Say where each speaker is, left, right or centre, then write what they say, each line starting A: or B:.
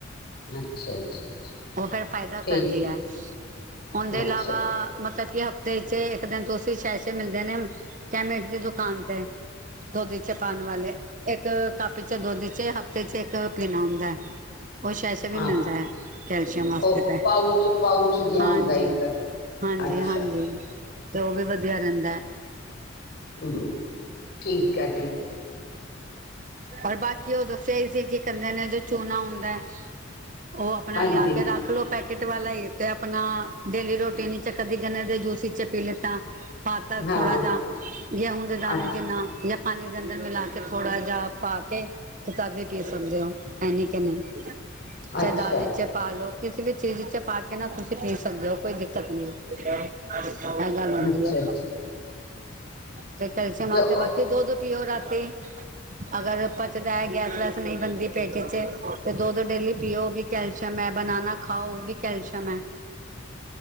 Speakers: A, on the left (about 50°); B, on the right (about 40°).
A: ਅੱਛਾ ਅੱਛਾ, ਅੱਛਾ।
B: ਉਹ ਫੇਰ ਫਾਇਦਾ
A: ਠੀਕ
B: ਕਰਦੀ ਐ,
A: ਹੈ
B: ਉਹਦੇ
A: ਅੱਛਾ
B: ਇਲਾਵਾ ਮਤਲਬ ਕਿ ਤੇੇ ਇੱਕ ਦਿਨ ਤੁਸੀਂ ਸੇਸ਼ੈ ਮਿਲਦੇ ਨੇ, ਕੈਮਿਸਟ ਦੀ ਦੁਕਾਨ ਤੇ ਦੁਧ 'ਚ ਪਾਉਣ ਵਾਲੇ ਇੱਕ ਕਪ 'ਚ ਦੋਧ 'ਚ, ਹਫ਼ਤੇ 'ਚ ਇੱਕ ਪੀਣਾ ਹੁੰਦਾ ਐ। ਉਹ ਸ਼ੈਸੇ ਵੀ
A: ਹਾਂ
B: ਮਿਲਦਾ ਐ, ਕੈਲਸ਼ੀਅਮ ਵਾਸਤੇ
A: ਉਹ
B: ਤਾਂ,
A: ਪਾਊਚ ਪਾਊਚ ਜਿਹਾ
B: ਹਾਂਜੀ।
A: ਹੁੰਦਾ ਇੱਕ
B: ਹਾਂਜੀ-ਹਾਂਜੀ,
A: ਅੱਛਾ
B: ਤੇ ਉਹ ਵੀ ਵਧੀਆ ਰਹਿੰਦਾ ਐ।
A: ਹ- ਠੀਕ ਐ।
B: ਹੋਰ ਬਾਕੀ ਉਹ ਦ ਸਹੀ ਸੀ, ਕੀ ਕਹਿੰਦੇ ਨੇ ਜੋ ਚੂਨਾ ਹੁੰਦਾ ਐ। ਉਹ ਆਪਣਾ
A: ਹਾਂਜੀ
B: ਲਿਆ ਕੇ ਰੱਖ ਰੱਖ ਲੋ। ਪੈਕੇਟ ਵਾਲਾ ਹੀ ਤੇ ਆਪਣਾ ਡੇਲੀ ਰੋਟੀਨ ਵਿਚ ਕਦੀ ਗਨੇ ਦੇ ਜੂਸ ਵਿਚ ਪੀ ਲੀਤਾ ਪਾਤਾ
A: ਹਾਂ
B: ਥੋੜਾ ਜਿਹਾ, ਗੇਹੁੰ ਦੇ ਦਾਣੇੇ
A: ਅੱਛਾ
B: ਜ ਜਾਂ ਪਾਣੀ ਦੇ ਅੰਦਰ ਮਿਲਾ ਕੇ ਥੋੜਾ ਜਿਹਾ ਪਾ ਕੇ। ਕੀ ਤਦ ਵੀ ਪੀ ਸਕਦੇ ਓ, ਐਨੀ ਕਿ ਨਹੀਂ ਚਾਏ
A: ਅੱਛਾ
B: ਦਾਲ ਚ ਪਾ ਲਓ। ਕਿਸੇ ਵੀ ਚੀਜ਼ ਚ ਪਾ ਕੇ ਨਾ ਤੁਸੀਂ ਪੀ ਸਕਦੇ ਓ ਕੋਈ ਦਿੱਕਤ ਨੀ ਇਹ ਗੱਲ ਹੁੰਦੀ
A: ਅੱਛਾ
B: ਐ,
A: ਅੱਛਾ
B: ਤੇ ਕੈਲਸ਼ਅਮ
A: ਤੇ ਉਹ-
B: ਫਿਰ ਦੋ ਦੋ ਪਿਓ, ਰਾਤੀ। ਅਗਰ ਪਚਦਾ ਐ, ਗੈਸ ਵੈਸ ਨਹੀਂ ਬਣਦੀ। ਪੇਟ ਚ ਤੇ ਦੋ ਦੋ ਡੇਲੀ ਪੀਓ ਵੀ। ਕੈਲਸ਼ੀਅਮ ਐ। ਬਨਾਨਾ ਖਾਓ, ਉਹ ਵੀ ਕੈਲਸ਼ੀਅਮ ਐ।